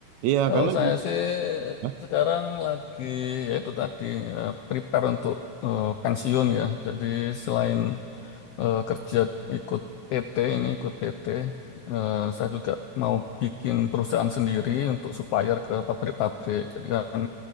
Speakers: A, on the right; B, on the left.
A: iya
B: Kalau
A: karena
B: saya
A: di
B: sih
A: Hah?
B: sekarang lagi ya itu tadi eh, prepare untuk eh, pensiun ya. Jadi selain eh, kerja ikut PT ini ikut PT, eh, saya juga mau bikin perusahaan sendiri untuk supplier ke pabrik-pabrik. Jadi kan